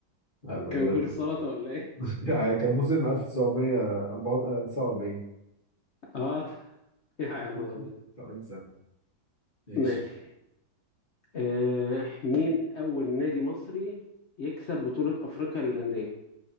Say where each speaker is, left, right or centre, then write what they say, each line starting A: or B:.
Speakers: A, on the left; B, on the left.
A: يلا دورك
B: كان جول
A: انت
B: سلطة ولا ايه
A: <laughs> كان موسم 1949
B: اه ط- <laughs> يا
A: <laughs>
B: نهار ابيض
A: سعيد سبع ماشي
B: ماشي آه مين اول نادي مصري يكسب بطولة افريقيا للأندية